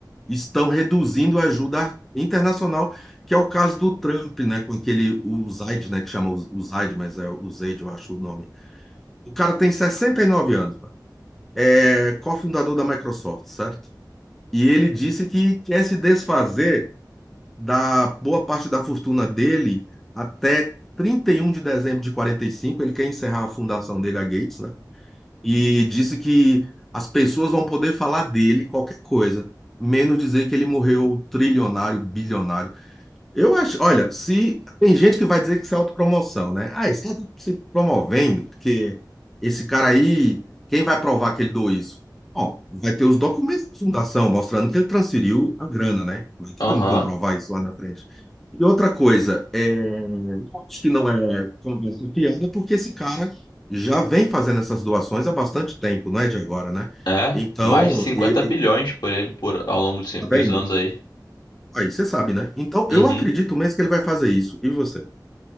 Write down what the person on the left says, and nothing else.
Aham.
É,
mais de 50
bilhões por ele por, ao longo dos
dos
anos aí.
Uhum.